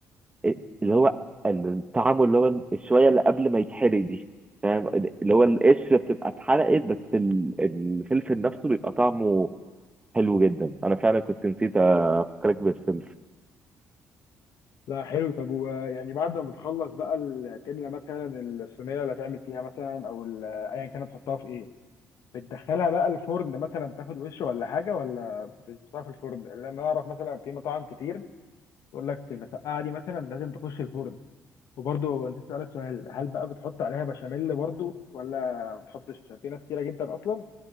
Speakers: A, on the right (about 20°); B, on the left (about 70°).
A: إيه- اللي هو الطعم اللي هو الشويه اللي قبل ما يتحرق دي فاهم اللي هو القشره بتبقى اتحرقت بس ال- الفلفل نفسه بيبقى طعمه حلو جدا انا فعلا كنت نسيت افكرك بالفلفل
B: لا حلو طب ويعني بعد ما بتخلص بقى ال- تملى مثلا الصينيه اللي هتعمل فيها مثلا او ال- ايا كانت تحطها في ايه؟ بتدخلها بقى الفرن مثلا تاخد وش ولا حاجه ولا بتحطها في الفرن؟ لان انا اعرف مثلا في مطاعم كتير تقول لك المسقعه دي مثلا لازم تخش الفرن وبرضه نسيت اسالك سؤال هل بقى بتحط عليها بشاميل برضه ولا ما بتحطش عشان في ناس كتيره جدا اصلا